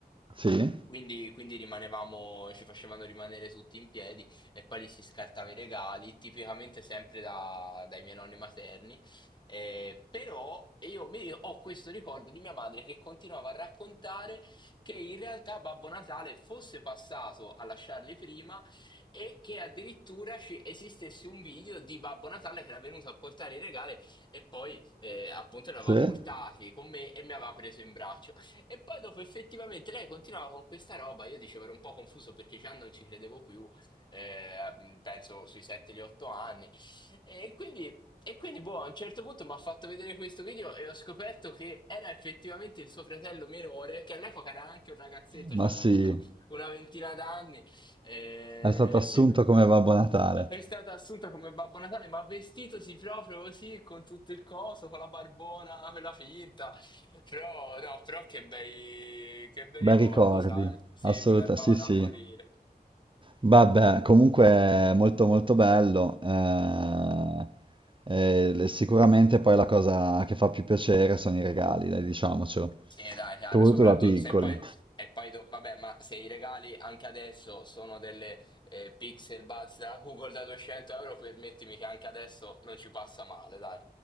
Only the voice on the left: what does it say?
Quindi, quindi rimanevamo, ci facevano rimanere tutti in piedi e poi li si scartava i regali, tipicamente sempre da- dai miei nonni materni. Eh, però io mi- ho questo ricordo di mia madre che continuava a raccontare che in realtà Babbo Natale fosse passato a lasciarli prima e che addirittura ci esistesse un video di Babbo Natale che era venuto a portare i regali e poi eh, appunto li aveva
portati con me e mi aveva preso in braccio. E poi dopo effettivamente lei continuava con questa roba, io dicevo ero un po' confuso perché già non ci credevo più, eh, penso sui 7-8 anni. E quindi e quindi, boh, a un certo punto mi ha fatto vedere questo video e ho scoperto che era effettivamente il suo fratello minore, che all'epoca era anche un ragazzetto,
ci avrà
avuto una ventina d'anni. E
sì,
è stata assunta come Babbo Natale, ma vestitosi proprio così, con tutto il coso, con la barbona, quella finta. Però, no, però che bei, che bei
ricordi,
sai? Sì,
mi garbava
da
morire.
Sì, dai, chiaro,
soprattutto
se poi, e poi do- vabbè, ma se i regali anche adesso sono delle eh, Pixel Buds da Google da 200 euro, permettimi che anche adesso non ci passa male, dai.